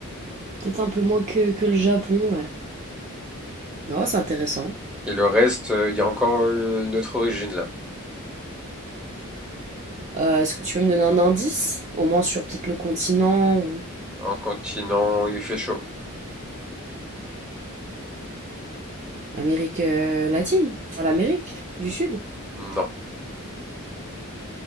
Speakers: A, on the right; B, in the centre.
A: peut-être un peu moins que, que le Japon, ouais. Non, c'est intéressant.
B: Et le reste, euh, il y a encore euh, une autre origine là.
A: Euh, est-ce que tu peux me donner un indice? Au moins sur peut-être le continent ou
B: En continent, il fait chaud.
A: l'Amérique euh, latine? Enfin, l'Amérique du Sud?
B: Non,